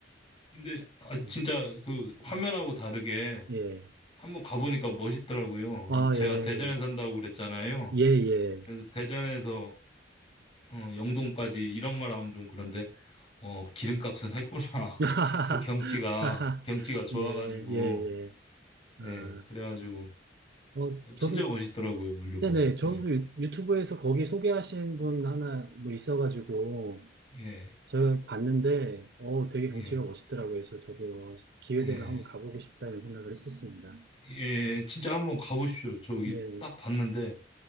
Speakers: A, on the left (about 30°); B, on the right (about 60°).
A: 근데 아 진짜
B: 예,
A: 그 화면하고 다르게
B: 예.
A: 한번 가보니까 멋있더라고요.
B: 아,
A: 제가
B: 예,
A: 대전에 산다고 그랬잖아요.
B: 예, 예.
A: 그래서 대전에서 어, 영동까지 이런 말 하면 좀 그런데 어, 기름값은 했구나. <laughs>
B: <laughs>
A: 그 경치가, 경치가 좋아가지고,
B: 예, 예, 예. 아,
A: 예, 그래가지고,
B: 어,
A: 어,
B: 저도,
A: 진짜 멋있더라고요, 물류봉.
B: 네네, 저도
A: 네,
B: 유- 유튜브에서 거기 소개하신 분 하나 뭐 있어가지고,
A: 예,
B: 제가 봤는데, 어, 되게 경치가
A: 예,
B: 멋있더라고요. 그래서 저도 기회
A: 예,
B: 되면 한번 가보고 싶다는 생각을 했었습니다.
A: 예, 진짜 한번 가보십시오. 저기
B: 예,
A: 딱 봤는데,